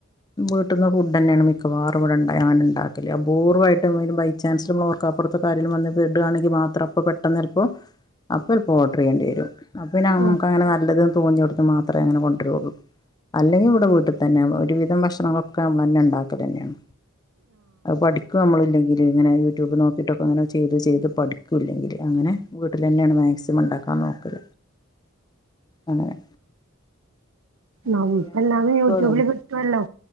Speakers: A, on the left; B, on the right.
A: വീട്ടുന്ന ഫുഡ് തന്നെയാണ് മിക്കവാും ഇവിടെണ്ട അങ്ങന ഉണ്ടാക്കില്ലേ അപൂർവ്വമായിട്ട ബൈചാൻസ്മ്മ അപ്പുറത്തെ കാര്യും വന്നപ്പോ ഇടുകയാണെങ്കിൽ മാത്രം അപ്പ പെട്ടെന്ന് ചിലപ്പോൾപ്പ എപ്പോൾ ഓർഡർ ചെയ്യേണ്ടി വരും അ പിന്നെ നമുക്ക്
B: ആഹ്
A: അങ്ങന നല്ലതെന്ന് തോന്നി കൊടുത്തത്ത് മാത്രമേ അങ്ങനെ കൊണ്ടുവരികയുള്ളൂ അല്ലെങ്കിൽ ഇവിടെ വീട്ടിൽ തന്നെ ഒരുവിധം ഭക്ഷണങ്ങളൊക്കെ നമ്മൾ തന്നെ ഉണ്ടാക്കുക തന്നെയാണ് ആഹ് പഠിക്ക ഇപ്പം നമ്മളല്ലെങ്കിൽ ഇങ്ങനെ യൂട്യൂബ് നോക്കിയിട്ടൊക്കെ അങ്ങനെ ചെയ്ത് ചെയ്ത് പഠിക്കൂല്ലെങ്കിൽ അങ്ങനെ വീട്ടിൽ തന്നെയാണ് മാക്സിമം ഉണ്ടാക്കാൻ നോക്കൽ അങ്ങനെ അങ്ങനെ
B: നമ്മക്ക്
A: ചെയ്യാനന്നെ
B: എല്ലാ
A: ഇഷ്ടം
B: യൂട്യൂബില്
A: അതന്നെ
B: കിട്ടുവല്ലോ